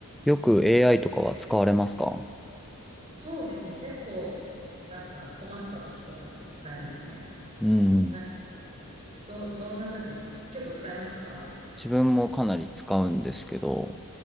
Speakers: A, in the centre; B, on the right.
A: よく AI とかは使われますか
B: そうですね。結構、なんか困った時とかに使いますね。
A: うん
B: なんか、ど、どんな時、結構使いますか
A: 自分もかなり使うんですけど、